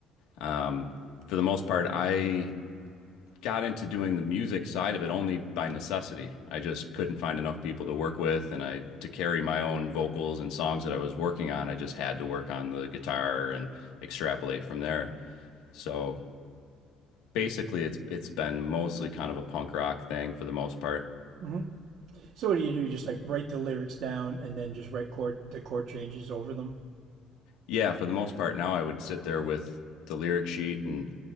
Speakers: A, on the left; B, on the right.
A: Um, for the most part, I got into doing the music side of it only by necessity. I just couldn't find enough people to work with, and I to carry my own vocals and songs that I was working on, I just had to work on the guitar and extrapolate from there. So basically, it's it's been mostly kind of a punk rock thing for the most part.
B: Mm-hmm. So what do you do? You just like write the lyrics down and then just write chord the chord changes over them.
A: Yeah, for the most part now I would sit there with the lyric sheet and